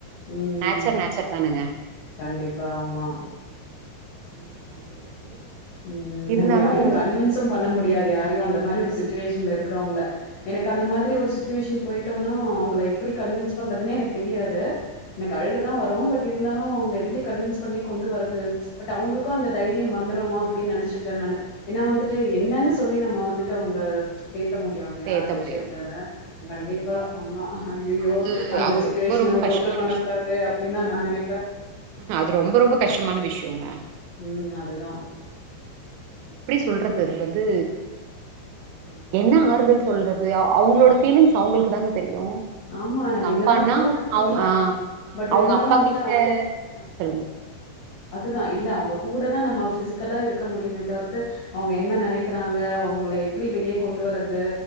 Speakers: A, on the left; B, on the right.
A: ம் ம்
B: நேச்சர் நேச்சர் தானங்க
A: கண்டிப்பா ஆமா
B: ஒன்னுமே பண்ண முடியாது
A: ம்
B: இருந்தாலும்
A: அது யாரையும் கன்வென்ஸும் பண்ண முடியாது யாரையு அந்த மாரி ஒரு சுட்டுவேஷன்ல இருக்குறவங்கள எனக்கு
B: ம்ஹ்ம்.
A: அந்த மாதிரி ஒரு சுட்டுவேஷன் போயிட்டோன்னா அவங்கள எப்புடி கன்வென்ஸ் பண்றதுனே எனக் தெரியாது
B: ம்
A: எனக்கு அழகுதா வரு பட் இருந்தாலு
B: ம்
A: அவுங்கள எப்புடி கன்வென்ஸ் பண்ணி கொண்டு வரது பட் அவங்களுக்கு
B: ம்
A: அந்த தைரியம் வந்துருவோ அப்டி நினைச்சுப்பேன் நானு எனா வந்துட்டு என்னன்னு சொல்லி நம்ம வந்துட்டு அவுந்த தேத்த முடியாது யா
B: தேத்த
A: அந்த விஷயத்ல
B: முடியும் ம் ம்
A: கண்டிப்பா ஆமா ஹய்யயோ
B: அது
A: அந்த
B: அது
A: சிச்சுவேஷன்
B: ரொம்ப ரொம்ப
A: நம்ம கோத்ரூ
B: கஷ்டமான
A: பண்ணக்கூடாத் தே அப்டின்தா நா நெனைப்ப
B: ஆஹ அது ரொம்ப ரொம்ப கஷ்டமான விஷ்யோங்க
A: ம். அதுதான்.
B: எப்டி சொல்றது அது வந்து அ என்ன ஆறு வல் சொல்றது அவங்களோட ஃபீலிங்ஸ் அவங்களுக்கு தாங்க தெரியு அவங்க
A: ஆமா. நம்ம
B: அப்பானா
A: என்னதான் கூட இருக்கலாம்.
B: அவங் ஆ ஆ
A: பட்
B: அவுங்
A: இருந்தாலும்
B: அப்பா
A: வந்துட்டு
B: கிட்ட அ சொல்லுங்க சொல்
A: அதுதா இல்ல அவங்க கூடதா நம்ம ஃபிசிக்கலா இருக்க முடியுமே தவுர்த்து அவுங்க என்ன நெனைக்கிறாங்க அவுங்க எப்புடி வெளிய கொண்டு வர்றது